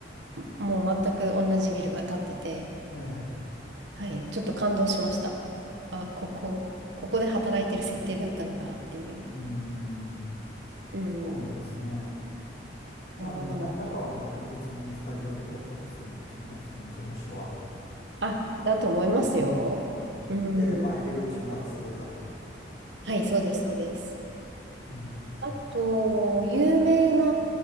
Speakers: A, on the right (about 75°); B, on the left (about 60°).
A: もう全く同じビルが建ってて、
B: ええ、
A: はい、ちょっと感動しました。あ、ここ、ここで働いてる設定だったのかっていう。
B: うん、
A: うん、
B: そうなんですね。まあでもな、
A: こんなのもあります。
B: 中はまた別にスタジオで撮ったりするんでしょうね、その事務所は。
A: あ、だと思いますよ。
B: うん
A: うん、
B: で、まあ入り口がそれだと。
A: はい、そうです、そうです。
B: うん、うん
A: あと、有名な、